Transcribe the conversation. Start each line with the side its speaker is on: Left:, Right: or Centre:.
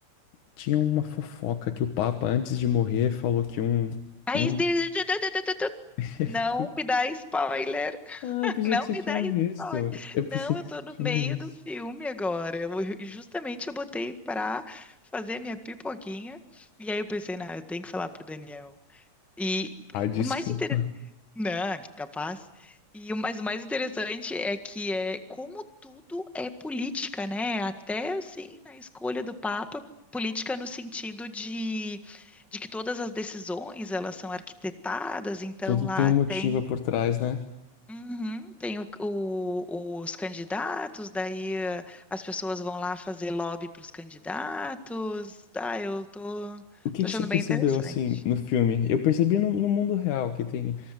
Left: Tinha uma fofoca que o Papa, antes de morrer, falou que um...
Centre: Aí,
Left: um...
Centre: <laughs> de- de- de- de- de- de- de-
Left: <laughs>
Centre: não me dá spoiler.
Left: Ah, eu pensei
Centre: Não
Left: que você
Centre: me
Left: tinha
Centre: dá spoiler.
Left: visto. Eu pensei
Centre: Não,
Left: que
Centre: eu tô
Left: você
Centre: no
Left: tinha
Centre: meio
Left: visto.
Centre: do filme agora. Eu- eu- justamente eu botei pra fazer minha pipoquinha. E aí eu pensei, não, eu tenho que falar pro Daniel. E
Left: Ah,
Centre: e
Left: desculpa.
Centre: o mais interessante. Não, capaz. E o mais, o mais interessante é que é como tudo é política, né? Até assim, na escolha do Papa, política no sentido de, de que todas as decisões elas são arquitetadas, então
Left: Tudo
Centre: lá
Left: tem um motivo
Centre: tem.
Left: por trás, né?
Centre: Uhum, Tem o- o- os candidatos, daí eh, as pessoas vão lá fazer lobby para os candidatos. Ah, eu tô,
Left: O que
Centre: tô
Left: que
Centre: achando
Left: você percebeu,
Centre: bem interessante.
Left: assim, no filme? Eu percebi no, no mundo real que tem...